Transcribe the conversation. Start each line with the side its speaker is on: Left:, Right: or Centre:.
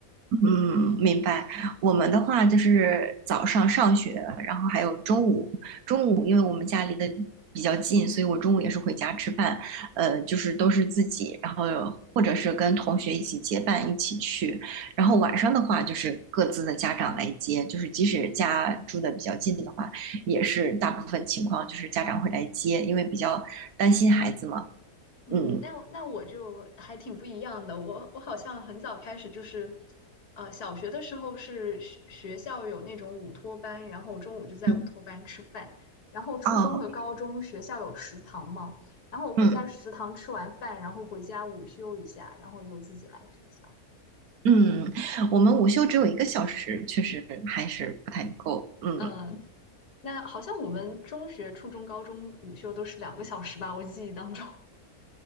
Right: 嗯，明白。我们的话就是早上上学，然后还有中午。中午因为我们家离得比较近，所以我中午也是回家吃饭。呃，就是都是自己，然后或者是跟同学一起结伴一起去。然后晚上的话，就是各自的家长来接，就是即使家住的比较近的话，也是大部分情况就是家长会来接，因为比较担心孩子嘛。
Left: 嗯，
Right: 嗯，
Left: 那我那我就还挺不一样的。我我好像很早开始就是，呃，小学的时候是学学校有那种午托班，然后中午就在午托班吃饭。
Right: 嗯
Left: 然后初中和高中学校有食堂嘛，
Right: 哦，
Left: 然后我会在食堂吃完饭，
Right: 嗯。
Left: 然后回家午休一下，然后又自己来学校。
Right: 嗯，我们午休只有一个小时，确实还是不太够。嗯，
Left: 嗯，那好像我们中学、初中、高中午休都是两个小时吧，我记忆当中。